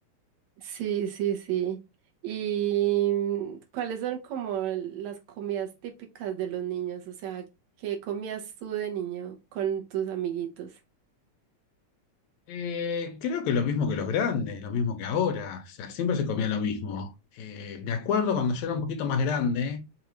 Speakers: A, on the right (about 75°); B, on the left (about 80°).
A: Sí, sí, sí. ¿Y mm, cuáles son como las comidas típicas de los niños? O sea, ¿qué comías tú de niño con tus amiguitos?
B: Eh, creo que lo mismo que los grandes, lo mismo que ahora, o sea, siempre se comía lo mismo. Eh, me acuerdo cuando yo era un poquito más grande,